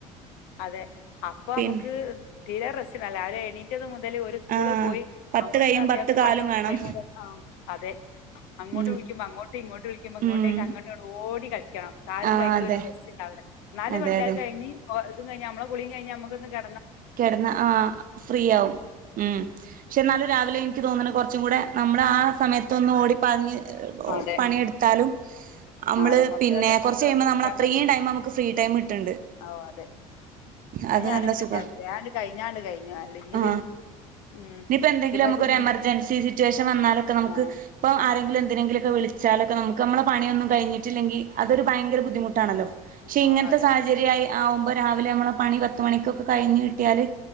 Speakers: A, on the left (about 75°); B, on the right (about 50°).
A: അതെ അപ്പൊ
B: പിന്നെ
A: അമ്മക്ക് തീരെ റസ <unintelligible> ല്ല അവരെ എണീ <unintelligible> ന്തേലും ഒരു സ്കൂള്
B: ആ
A: പോയി
B: പത്ത്
A: അവ ഒന്ന്
B: കൈയും
A: അത്യാവശ്യം
B: പത്ത് കാലും
A: പണ <unintelligible>
B: വേണം
A: അതെ അങ്ങോട്ട്
B: ഉം
A: വിളിക്കുമ്പോ അങ്ങോട്ടും ഇങ്ങോട്ട് വിളിക്കുമ്പോ ഇങ്ങോട്ടേക്ക്
B: ഉം
A: അങ്ങോട്ട ഓടി കളിക്കണം കാലും
B: ആ
A: കഴിക്ക
B: അതെ
A: ഒരു റസിണ്ടാവൂല്ല നാലും
B: അതെ
A: മ
B: അതെ
A: ഓ ഇത് കഴിഞ്ഞ് നമ്മളെ കുളിം കഴിഞ്ഞ നമുക്കൊന്ന് ക
B: കിടന്ന ആ ഫ്രീ ആവും ഉം പക്ഷെ എന്നാലും രാവിലെ എനിക്ക് തോന്നണ കുറച്ചും കൂടെ നമ്മൾ ആ സമയത്തൊന്ന് ഓടി പറഞ്ഞ്
A: അതെ.
B: പണിയെടുത്താലും നമ്മള്
A: ആഹ് അതെ. കൊറച്ച്
B: പിന്നെ
A: ടൈം
B: കുറച്ച
A: നമുക്ക്
B: കഴിയുമ്പോ
A: റെസ്റ്റ് എടുക്കാൻ
B: നമ്മൾ അത്രയും
A: കഴിയും.
B: ടൈം നമുക്ക് ഫ്രീ ടൈം ഇട്ടുണ്ട്
A: ഓഹ് അതെ.
B: അത്
A: ഞാനിങ്ങനെ
B: നല്ല സുഖ
A: വിചാരിക്കും. വേഗാണ്ട് കഴിഞ്ഞാണ്ട് കഴിഞ്ഞു. അല്ലെങ്കില്
B: ആ
A: ഉം
B: ഇനിയിപ്പ എന്തെങ്കിലും
A: പിന്നത്
B: നമുക്കൊരു എമർജൻസി സിറ്റുവേഷൻ വന്നാലൊക്കെ നമുക്ക്
A: ഉം
B: ഇപ്പ ആരെങ്കിലും എന്തിനെങ്കിലൊക്കെ വിളിച്ചാലൊക്കെ നമുക്ക് നമ്മെ പണിയന്നും കഴിഞ്ഞിട്ടില്ലെങ്കി അത ഒരു ഭയങ്കര ബുദ്ധിമുട്ടാണല്ലോ
A: ഉം
B: പക്ഷെ
A: ഓ
B: ഇങ്ങനത്തെ
A: അതെ
B: സാഹചര്യമായി ആവുമ്പോ രാവിലെ നമ്മളെ പത്ത് മണിക്കൊക്കെ കഴിഞ്ഞിട്ട് ട്ട്യാല്